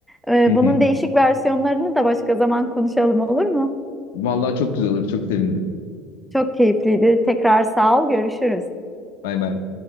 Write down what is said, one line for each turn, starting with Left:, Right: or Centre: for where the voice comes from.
Centre: Ee,
Left: Hı hı.
Centre: bunun değişik versiyonlarını da başka zaman konuşalım olur mu?
Left: Vallahi çok güzel olur. Çok sevinirim.
Centre: Çok keyifliydi. Tekrar sağ ol, görüşürüz.
Left: Bay bay.